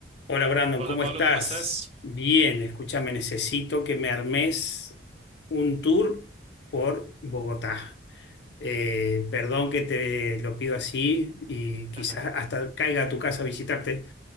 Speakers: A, on the left (about 65°); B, on the right (about 35°).
A: Hola Brandon,
B: Hola
A: ¿cómo
B: Pablo,
A: estás?
B: ¿cómo estás?
A: Bien, escúchame, necesito que me armes un tour por Bogotá. Eh, perdón que te lo pido así y quizás
B: <laughs>
A: hasta caiga a tu casa a visitarte